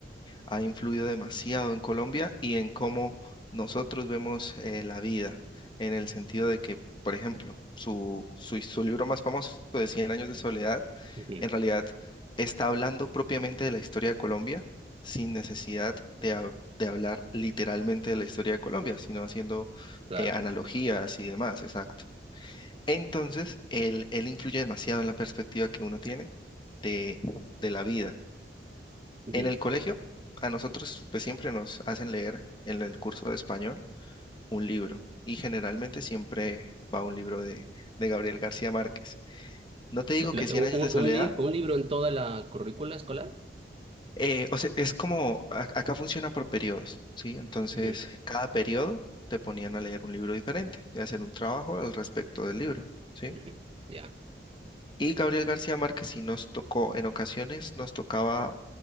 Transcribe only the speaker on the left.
ha influido demasiado en Colombia y en cómo nosotros vemos eh, la vida, en el sentido de que, por ejemplo, su, su, su libro más famoso de Cien años de soledad,
en realidad está hablando propiamente de la historia de Colombia sin necesidad de, hab- de hablar literalmente de la historia de Colombia, sino haciendo
eh, analogías y demás, exacto. Entonces, él, él influye demasiado en la perspectiva que uno tiene de, de la vida.
En el colegio, a nosotros pues siempre nos hacen leer en el curso de español un libro y generalmente siempre va un libro de, de Gabriel García Márquez. No te digo que
Cien
años de soledad,
eh, o sea, es como, a- acá funciona por periodos, ¿sí? Entonces,
cada periodo te ponían a leer un libro diferente y hacer un trabajo al respecto del libro, ¿sí?
Y Gabriel García Márquez sí nos tocó, en ocasiones nos tocaba